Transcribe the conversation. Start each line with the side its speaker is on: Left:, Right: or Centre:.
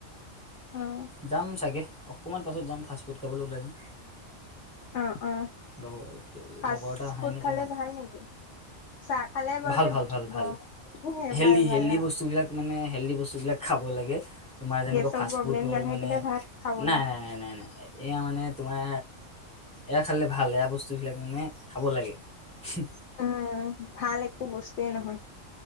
Left: অ'হ।
Centre: যাম চাগে, অকণমান পাছত যাম ফাষ্টফুড খাবলৈ ওলাই যাম।
Left: অ, অ
Centre: লগৰ
Left: ফাচফুড
Centre: লগৰ এটা অহাই নাই
Left: খালে
Centre: তাক মাতি
Left: ভাল নেকি? চাহ খালে বাৰুতে
Centre: ভাল ভাল ভাল ভাল
Left: গৰম
Centre: হেল্ডি
Left: ভাল
Centre: হেল্ডি
Left: ভাল অহ।
Centre: বস্তুবিলাক মানে হেল্ডি বস্তুবিলাক খাব লাগে তোমাৰ যেনেকা
Left: গেছৰ
Centre: ফাষ্ট
Left: প্ৰব্লেম
Centre: ফুডলৈ
Left: নাথাকিলে
Centre: মানে
Left: ভাল খাবলে
Centre: নাই, নাই, নাই, নাই, নাই এয়া মানে তোমাৰ এয়া খালে ভাল এয়া বস্তু বিলাক মানে খাব লাগে। হুও।
Left: উম, উম ভাল একো বস্তুৱে নহয়।